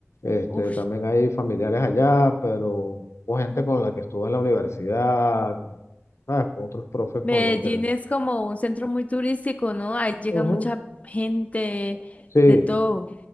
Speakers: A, on the left; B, on the left.
A: este,
B: Uf,
A: también hay familiares allá, pero hubo gente con la que estuve en la universidad, con, ¿sabes? Otros profes
B: Medellín
A: con los que...
B: es como un centro muy turístico, ¿no? Ahí llega
A: Ujú,
B: mucha gente
A: Sí,
B: de todo.